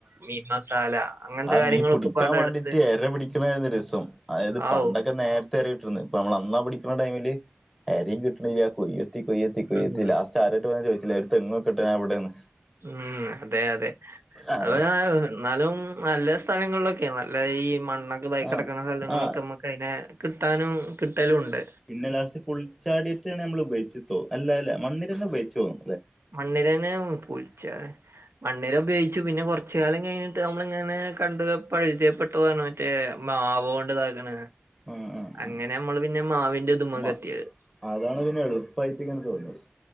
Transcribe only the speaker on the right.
മീ ഈ മസാല അങ്ങനത്തെ
കാര്യങ്ങളൊക്കെ
പാട
എടുത്ത്
ആവു
ഉം
ഉം അതെ അതെ
അതുപോലെ എന്നാലും നല്ല സ്ഥലങ്ങളിലൊക്കെയ നല്ല ഈ മണ്ണൊക്കെ ഇതായ് കിടക്കുന്ന
സ്ഥലങ്ങളൊക്കെമ്മ
കഴിഞ്ഞ്കിട്ടാനും കിട്ടലും ഉണ്ട്
മണ്ണിരേനെം പുൽചാ മണ്ണിര ഉപയോഗിച്ചു പിന്നെ കുറച്ച് കാലം കഴിഞ്ഞിട്ട് നമ്മളിങ്ങനെ കണ്ട് പരിചയപ്പെട്ടതാണ് മറ്റ മറ്റേ മാവ് കൊണ്ട് ഇതാക്ണ
അങ്ങനെ
നമ്മള് പിന്നെ മാവിന്റെ ഇത്‌മക്ക്
എത്തിയത്